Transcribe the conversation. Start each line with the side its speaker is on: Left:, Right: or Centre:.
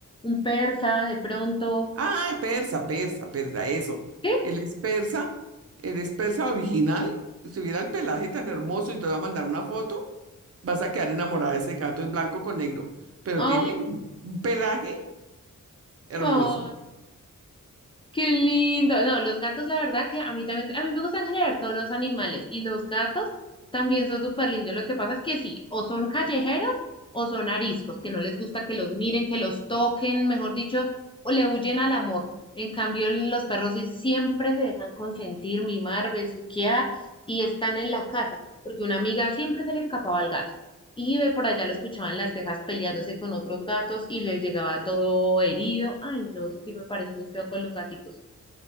Left: un persa de pronto.
Right: Ah, persa, persa, persa, eso.
Left: ¿Qué?
Right: Él es persa, él es persa original. Si hubiera el pelaje tan hermoso y te voy a mandar una foto, vas a quedar enamorada de ese gato, es blanco con negro, pero
Left: Ay,
Right: tiene un un pelaje hermoso.
Left: no. Qué lindo. No, los gatos, la verdad que a mí también, a mí me gustan generar todos los animales y los gatos también son súper lindos. Lo que pasa es que sí, o son callejeros o son ariscos, que no les gusta que los miren, que los toquen, mejor dicho, o le huyen al amor. En cambio, los perros sí siempre se dejan consentir, mimar, besuquear y están en la casa, porque una amiga siempre se le escapaba al gato. Y ve por allá lo escuchaban las tejas peleándose con otros gatos y le llegaba todo herido. Ay, no, eso sí me parece muy feo con los gaticos.